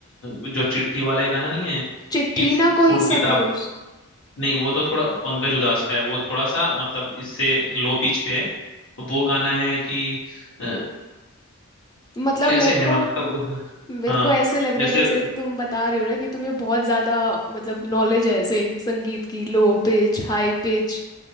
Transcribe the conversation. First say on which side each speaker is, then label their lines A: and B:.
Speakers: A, on the left; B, on the left.
A: अ, जो चिट्ठी वाला है गाना नहीं है
B: चिट्ठी
A: कि फू-
B: ना कोई
A: फूल किताब
B: संदेश
A: नहीं वो तो थोड़ा पंकज उधास का है वो थोड़ा सा मतलब इससे लो पिच पे है वो गाना है कि अ,
B: मतलब
A: कैसे
B: मेरे
A: है
B: को
A: मैं उसका
B: मेरे
A: हाँ
B: को ऐसे लग रहा
A: जैसे
B: है जैसे
A: हाँ
B: तुम बता रहे हो ना कि तुम्हें बहुत ज्यादा मतलब नॉलेज है ऐसे संगीत की लो पिच हाई पिच